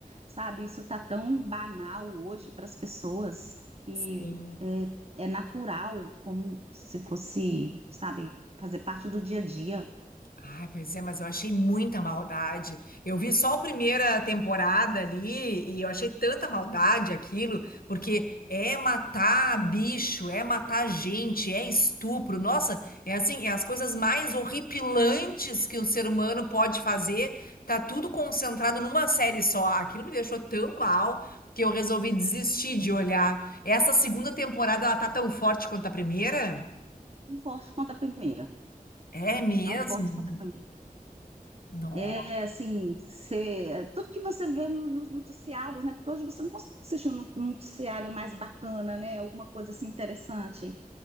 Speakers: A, on the right; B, on the left.
A: sabe? Isso tá tão banal hoje para as pessoas que
B: Sim.
A: é, é natural, como se fosse, sabe? Fazer parte do dia a dia.
B: Ai, pois é, mas eu achei muita maldade. Eu vi só a primeira temporada ali e eu achei tanta maldade aquilo, porque é matar bicho, é matar gente, é estupro. Nossa, é assim, é as coisas mais horripilantes que o ser humano pode fazer. Tá tudo concentrado numa série só. Aquilo me deixou tão mal que eu resolvi desistir de olhar. Essa segunda temporada, ela tá tão forte quanto a primeira?
A: tão forte quanto a primeira.
B: É mesmo?
A: Tão forte quanto a primeira.
B: Não.
A: É assim, cê- é, tudo que você vê no- nos noticiários, né? Porque hoje você não consegue assistir um no- um noticiário mais bacana, né? Alguma coisa assim interessante.